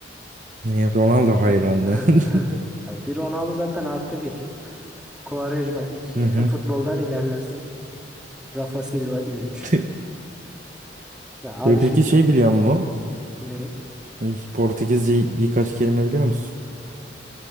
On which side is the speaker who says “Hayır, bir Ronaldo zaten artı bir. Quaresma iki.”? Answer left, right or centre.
Centre